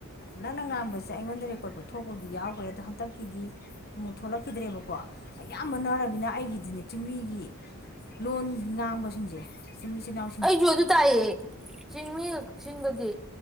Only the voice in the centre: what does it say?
ꯑꯩꯁꯨ ꯑꯗꯨ ꯇꯥꯏꯑ ꯆꯤꯡꯃꯤꯒ ꯀꯛꯆꯤꯡꯗꯒꯤ